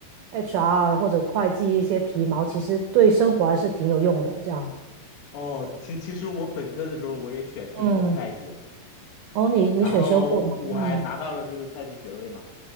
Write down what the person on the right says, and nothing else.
HR 或者会计一些皮毛，其实对生活还是挺有用的。这样，
嗯，哦，你你选修过吗？
嗯，